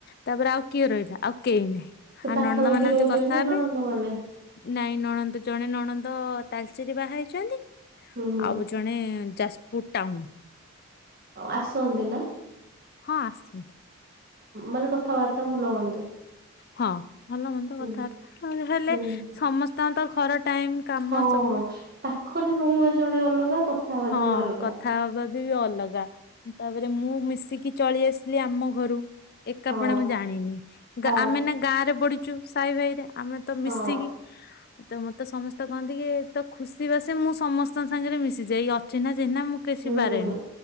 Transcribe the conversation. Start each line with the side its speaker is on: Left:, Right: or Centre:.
Left: ତାପରେ ଆଉ କିଏ ରହିଲା ଆଉ କେହି ନାହିଁ
Right: ସେ
Left: ହଁ
Right: ପାଖାପାଖି
Left: ନଣନ୍ଦ ମାନଙ୍କ
Right: ରହୁଛନ୍ତି
Left: ତ କଥା ହେବେ
Right: ନଣନ୍ଦ ମାନେ
Left: ନାଇଁ ନଣନ୍ଦ ଜଣେ ନଣନ୍ଦ ତାଲଚେର୍ ବାହା ହେଇଛନ୍ତି
Right: ହୁଁ ହୁଁ
Left: ଆଉ ଜଣେ ଯାଜପୁର ଟାଉନ
Right: ଆଉ ଆସନ୍ତି ନା
Left: ହଁ ଆସନ୍ତି।
Right: ମାନେ କଥାବାର୍ତ୍ତା ଭଲ ହୁଅନ୍ତି।
Left: ହଁ ଭଲ ମନ୍ଦ
Right: ହୁଁ
Left: କଥାବାର୍ତ୍ତା ହେଲେ
Right: ହୁଁ
Left: ସମସ୍ତଙ୍କ ତ ଘର ଟାଇମ କାମ
Right: ହଁ
Left: ସବୁ
Right: ପାଖରେ ରହିବା ଜଣେ ଅଲଗା କଥା ହବା
Left: ହଁ
Right: ଜଣେ ଅଲଗା
Left: କଥା ହବା ବି ଅଲଗା ତାପରେ ମୁଁ ମିଶିକି ଚଳି ଆସିଲି ଆମ ଘରୁ ଏକାପଣ
Right: ହଁ
Left: ମୁଁ ଜାଣିନି
Right: ହଁ
Left: ଆମେ ନା ଗାଁ ରେ ବଢିଛୁ ସାଇ ଭାଇ ରେ ଆମେ ତ
Right: ହଁ
Left: ମିଶିକି ତ ମତେ ସମସ୍ତେ କହନ୍ତି କି ତ ଖୁସି ବାସେ ମୁଁ ସମସ୍ତଙ୍କ ସାଙ୍ଗରେ ମିଶେ ଯାଇ ଅଛି ନା ଯେନା ମୁଁ କିଛି
Right: ହୁଁ
Left: ବାରେନି